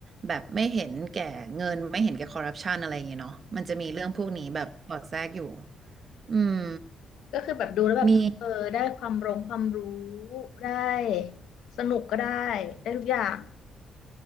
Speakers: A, on the right; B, on the left.
A: แบบไม่เห็นแก่เงินไม่เห็นแก่คอร์รัปชันอะไรอย่างเงี้ยเนาะมันจะมีเรื่องพวกนี้แบบสอดแทรกอยู่อืม
B: ก็คือแบบดูแล้วแบบเออได้ความรงความรู้
A: มี
B: ได้สนุกก็ได้ได้ทุกอย่าง